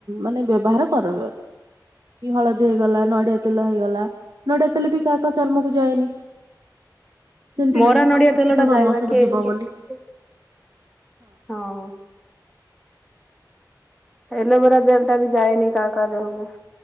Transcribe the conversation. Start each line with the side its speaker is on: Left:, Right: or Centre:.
Right: ମାନେ ବ୍ୟବହାର କରବନି ବୋଲି। କି ହଳଦୀ ହେଇଗଲା ନଡିଆ ତେଲ ହେଇଗଲା ନଡିଆ ତେଲ ବି କାହା କାହା ଚର୍ମକୁ ଯାଏନି। ଯେମିତି
Centre: ମରା
Right: ନାଇଁ କି
Centre: ନଡିଆ
Right: ସବୁ
Centre: ତେଲ
Right: ଜିନିଷ
Centre: ଟା ଯାଇବା
Right: ସମସ୍ତଙ୍କୁ
Centre: ବାକି
Right: ଯିବ
Centre: ଏ
Right: ବୋଲି
Centre: ହଁ। ଏଲୋବେରା ଜେଲ ଟା ବି ଯାନି କାହା କାହା ଦେହକୁ।